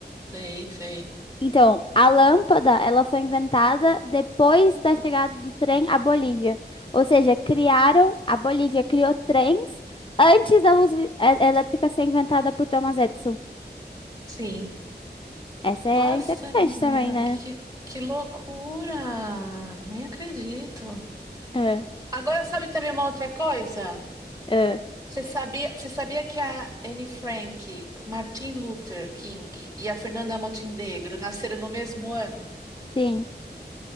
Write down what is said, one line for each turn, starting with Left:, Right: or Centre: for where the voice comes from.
Right: Sei, sei.
Left: Então, a lâmpada, ela foi inventada depois da chegada do trem à Bolívia. Ou seja, criaram, a Bolívia criou trens antes da luz e- é- elétrica ser inventada por Thomas Edison.
Right: Sim.
Left: Essa é
Right: Nossa,
Left: interessante
Right: menina,
Left: também, né?
Right: que, que loucura! Nem acredito.
Left: Ah,
Right: Agora, sabe também uma outra coisa?
Left: ah,
Right: Você sabia, você sabia que a Anne Frank, o Martin Luther King e a Fernanda Montenegro nasceram no mesmo ano?
Left: sim,